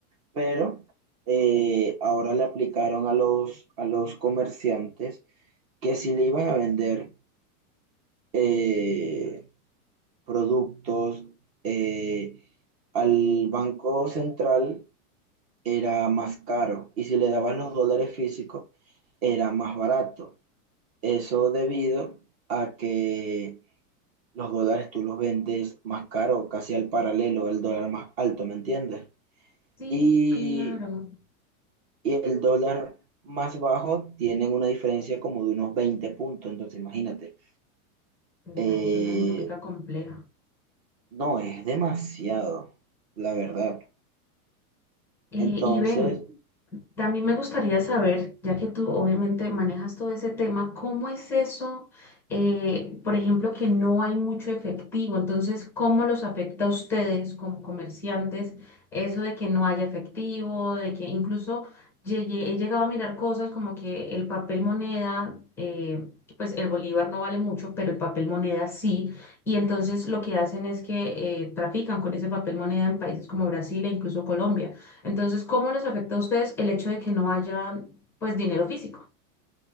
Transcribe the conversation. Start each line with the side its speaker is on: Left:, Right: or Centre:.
Right: Pero eh, ahora le aplicaron a los, a los comerciantes que si le iban a vender eh, productos eh, al Banco Central, era más caro. Y si le daban los dólares físicos, era más barato. Eso debido a que los dólares tú los vendes más caro, casi al paralelo del dólar más alto, ¿me entiendes?
Centre: Sí,
Right: Y,
Centre: claro.
Right: y el dólar más bajo tienen una diferencia como de unos 20 puntos, entonces imagínate.
Centre: Claro,
Right: Eh,
Centre: es una dinámica compleja.
Right: no, es demasiado, la verdad.
Centre: Eh,
Right: Entonces,
Centre: y ven, También me gustaría saber, ya que tú obviamente manejas todo ese tema, ¿cómo es eso, eh, por ejemplo, que no hay mucho efectivo? Entonces, ¿cómo los afecta a ustedes como comerciantes eso de que no haya efectivo, de que incluso llegué- he llegado a mirar cosas como que el papel moneda, eh, pues el bolívar no vale mucho, pero el papel moneda sí, y entonces lo que hacen es que eh, trafican con ese papel moneda en países como Brasil e incluso Colombia. Entonces, ¿cómo les afecta a ustedes el hecho de que no haya, pues, dinero físico?